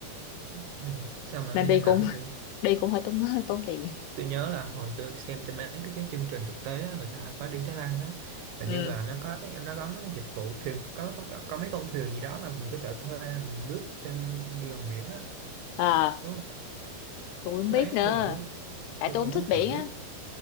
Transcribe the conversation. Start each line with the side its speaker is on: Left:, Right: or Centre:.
Right: Ừ, <laughs>
Left: <laughs>
Right: sao mà
Left: nên
Right: nghe
Left: đi
Right: nó
Left: cũng
Right: thảm vậy
Left: đi cũng hơi tốn tốn tiền
Right: tôi nhớ là hồi tôi xem trên mấy cái, cái chương trình thực tế á, người ta có đi Thái Lan á hình
Left: ừ
Right: như là nó có cái nó có mấy cái dịch vụ thuyền có có, có mấy con thuyền gì đó mà mình có thể thuê mà mình lướt trên gần biển á
Left: à
Right: đúng không
Left: tôi không
Right: Thế
Left: biết nữa
Right: tôi cũng muốn
Left: tại
Right: tôi
Left: tôi
Right: cũng
Left: không thích
Right: muốn thử
Left: biển á